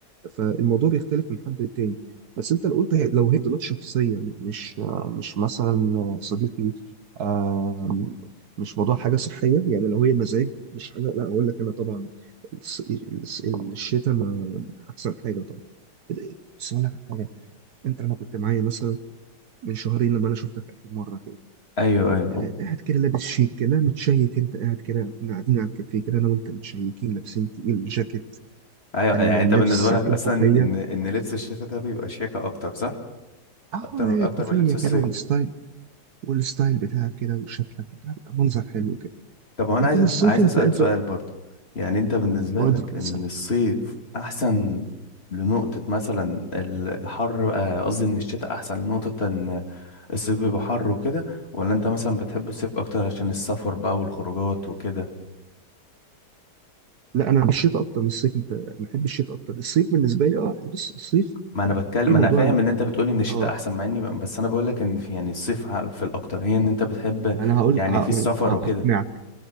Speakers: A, on the right; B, on the left.
A: فالموضوع بيختلف من حد للتاني بس انت لو قلت هي- لو هي تفضيلات شخصيه م- مش آه، مش مثلا صديقي آه، مش موضوع حاجه صحيه يعني لو هي مزاج مش حاجه لا اقول لك انا طبعا الس- الس- الشتاء ما احسن حاجه طبعا بس اقول لك على حاجه انت لما كنت معايا مثلا من شهرين لما انا شفتك اخر مره كده
B: ايوه ايوه
A: لا- قاعد كده لابس شيك كده متشيك انت قاعد كده كنا قاعدين على الكافيه كده انا وانت متشيكين لابسين تقيل جاكيت
B: ايوه
A: اللبس
B: يعني انت بالنسبه لك
A: عارف ايه
B: اصلا
A: الكوفيه
B: ان ان لبس الشتاء ده بيبقى شياكه اكتر صح
A: اه
B: اكتر اكتر
A: كوفيه
B: من لبس الصيف
A: كده والستايل والستايل بتاعك كده وشكلك بتاع بيبقى منظر حلو كده
B: طب هو انا
A: لكن
B: عايز أف-
A: الصيف
B: عايز
A: انت
B: اسال
A: اضرب
B: سؤال برضه يعني انت بالنسبه
A: واضرب
B: لك
A: اسال
B: ان الصيف احسن لنقطه مثلا ال- الحر آه، قصدي ان الشتاء احسن لنقطه ان الصيف بيبقى حر وكده ولا انت مثلا بتحب الصيف اكتر عشان السفر بقى والخروجات وكده
A: لا انا بالشتاء اكتر من الصيف انت بحب الشتاء اكتر الصيف بالنسبه لي اه بص الصيف
B: ما انا بتكلم
A: في
B: ما
A: موضوع
B: انا فاهم
A: ال-
B: ان انت بتقول ان الشتاء
A: اه
B: احسن مع اني بس انا بقول لك ان في يعني الصيف ع- في الاكتر هي ان انت بتحب
A: ما انا هقول
B: يعني
A: ه-
B: في السفر
A: ما أنا ه-
B: وكده
A: هقنعك